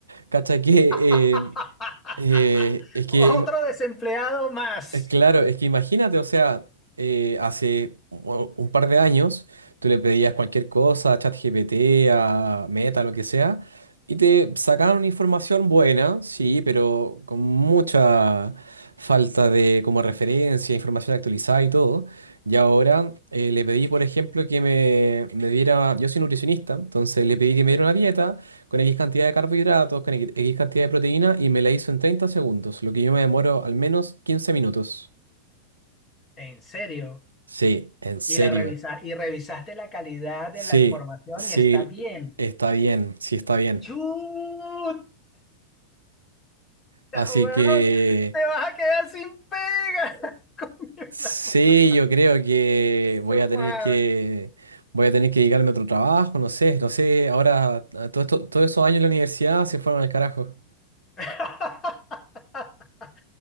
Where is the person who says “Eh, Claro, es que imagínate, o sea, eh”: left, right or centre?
Right